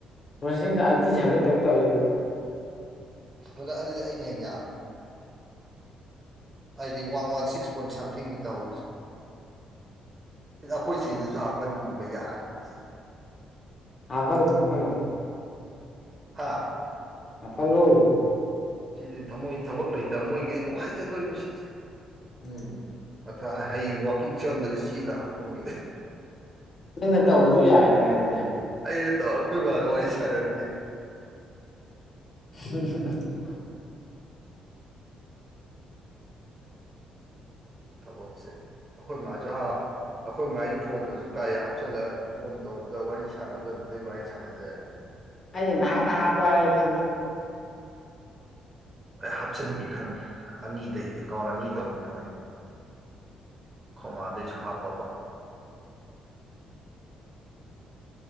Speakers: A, on the left; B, on the right.
A: ꯄ꯭ꯔꯣꯁꯦꯗ ꯑꯥꯏꯠꯇꯤ ꯁꯦꯚꯦꯟꯗ ꯇꯧꯔꯤꯗ
B: ꯑꯗꯨꯗ ꯑꯗꯨꯗꯤ ꯑꯩꯅ ꯍꯦ ꯌꯥꯝꯅ ꯑꯩꯗꯤ ꯋꯥꯟ ꯋꯥꯟ ꯁꯤꯛꯁ ꯄꯣꯏꯟ ꯁꯝꯊꯤꯡꯅꯤ ꯇꯧ ꯁꯤꯗ ꯑꯩꯈꯣꯏ ꯁꯤꯗꯁꯨ ꯍꯥ ꯐꯟꯕ ꯌꯥꯅꯤ ꯁꯤꯗꯤ
A: ꯍꯥ ꯐꯂꯣ ꯍꯥ ꯐꯂꯣ
B: ꯍꯥꯥ
A: ꯑ ꯂꯣꯎ
B: ꯁꯤꯗꯤ ꯊꯃꯣꯏ ꯊꯕꯛ ꯂꯩꯇꯕ ꯃꯣꯏꯒꯤꯗꯤ ꯅꯨꯡꯉꯥꯏꯖꯗꯣꯏꯕꯁꯤꯗꯤ
A: ꯎꯝ
B: ꯃꯊ ꯍꯌꯦꯡ ꯋꯥꯛꯀꯤꯡ ꯆꯠꯔꯝꯕꯗ ꯆꯦꯜꯂꯒ ꯍꯥꯞꯄꯒꯦ
A: ꯅꯪꯅ ꯇꯧꯔꯁꯨ ꯌꯥꯏꯅꯦ ꯑꯗꯨꯗꯤ
B: ꯑꯩꯅ ꯇꯧ ꯑꯩꯈꯣꯏꯕꯥꯗ ꯋꯥꯔꯤ ꯁꯥꯟꯅꯟꯒꯦ
A: ꯍ
B: ꯊꯕꯛꯁꯦ ꯑꯩꯈꯣꯏ ꯃꯖꯥ ꯑꯩꯈꯣꯏ ꯃꯥꯒꯤ ꯐꯣꯟꯗꯁꯨ ꯀꯥ ꯍꯥꯞꯆꯤꯜꯂ ꯐꯣꯟ ꯇꯧꯕꯗ ꯋꯥꯔꯤ ꯁꯥꯟꯅꯕꯗ ꯑꯗꯨꯗꯩ ꯃꯥꯒꯤ ꯁꯥꯟꯅꯖꯔꯦ
A: ꯑꯩꯗ ꯅꯥꯟ ꯍꯥꯄꯅꯅ
B: ꯑꯩ ꯍꯥꯞꯆꯤꯟꯒꯦ ꯈꯪꯉꯦ ꯑꯅꯤꯗꯩ ꯑꯦꯀꯥꯎꯟ ꯑꯅꯤ ꯇꯧꯒꯦ ꯈꯪꯉꯤ ꯈꯃꯥꯗꯦꯖꯍꯥ ꯄꯕꯥ